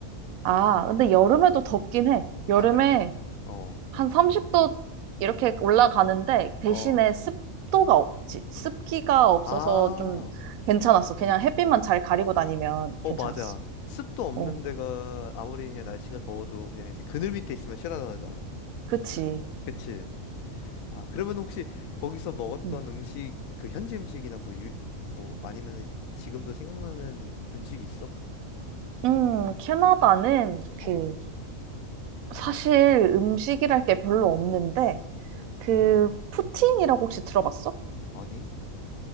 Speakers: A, on the right; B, on the left.
A: 아, 근데 여름에도 덥긴 해. 여름에
B: 아, 그래? 어,
A: 한 30도 이렇게 올라가는데 대신에
B: 어.
A: 습도가 없지. 습기가 없어서
B: 아,
A: 좀 괜찮았어. 그냥 햇빛만 잘 가리고 다니면
B: 어,
A: 괜찮았어.
B: 맞아. 습도 없는
A: 어,
B: 데가 아무리 그냥 날씨가 더워도 그냥 이제 그늘 밑에 있으면 시원하잖아.
A: 그치.
B: 그치? 아, 그러면 혹시 거기서 먹었던
A: 음,
B: 음식, 그 현지 음식이나 뭐 유, 뭐 아니면 지금도 생각나는 음식이 있어?
A: 음, 캐나다는 그
B: 어,
A: 사실 음식이랄 게 별로 없는데
B: 어.
A: 그 푸틴이라고 혹시 들어봤어?
B: 아니?